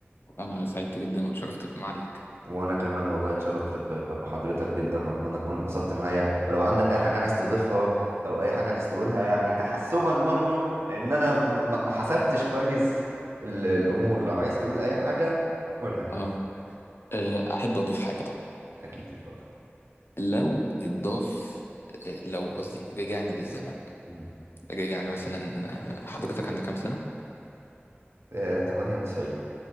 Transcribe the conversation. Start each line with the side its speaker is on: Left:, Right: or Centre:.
Left: انا سعدت جدا واتشرفت بمعاليك
Right: وانا كمان والله اتشرفت ب- ب- بحضرتك جدا واتمنى تكون اتبسطت معايا ولو عندك اي حاجه عايز تضيفها او اي حاجه عايز تقولها يعني تحسبا برضو لان انا م- م- ما حسبتش كويس ال- الامور لو عايز تقول اي حاجه قولها يعني
Left: اه آه، احب اضيف حاجه طبعا
Right: اكيد اتفضل
Left: لو اتضاف آه، لو قصدي رجعنا بالزمن
Right: مم.
Left: رجعنا مثلا آه، حضرتك عندك كام سنه
Right: آه، 98